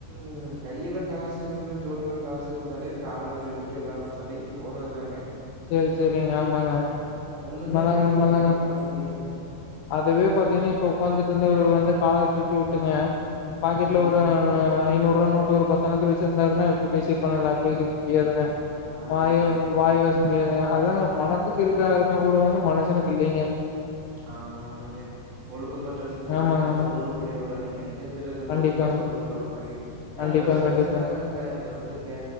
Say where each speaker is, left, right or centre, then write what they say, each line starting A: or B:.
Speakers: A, on the right; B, on the left.
A: ம் கையில காசு இருந்து ஜோப் <unintelligible> காசு இருந்தாலே காலரை தூக்கிவிட்டு எல்லா சண்டைக்கு போறதுதாங்க
B: சேரி சேரிங்க ஆமாங்க
A: ஒண்ணுமே
B: உன்மதாங்க
A: இல்லாட்டி
B: உண்மதாங்க
A: ஒண்ணுமே பண்ண முடியாதுங்க.
B: அதுவே பார்த்தீங்கன்னா இப்ப உட்காந்துட்டு இருந்தவ வந்து கால தூக்கி வுட்டுங்க பாக்கெட்ல
A: ம்.
B: ஒரு ஐநூறு ருவா நோட்டு ஒரு பத்தனைத்தை வச்சிருந்தாருன்னா இப்டி பேசினுப்பாங்களா பேசிக்க முடியாதுங்க
A: ஆமாங்க.
B: வாயு வாயுவ முடியாதுங்க அதாங்க பணத்துக்கு இருக்கரும கூட வந்து மனுஷனுக்கு இல்லங்க
A: ஆமா ஆமா இங்க ஒழுக்கமா டிரஸ் போட்டு
B: ஆமாங்க
A: போனதா
B: ஆமா
A: ஷோரூம்குள்ளயே விடுறானுங்க கிழி்ஞ்ச டிரெஸ் போட்டு
B: கண்டிப்பாங்க
A: போனா ஷோரூம்குள்ள விட மாட்டேிறேங்க ஏன்னா
B: கண்டிப்பாங்க
A: டிரரெஸை
B: கண்டிப்பாங்க
A: வச்சுதாங்க அ இந்த வந்து க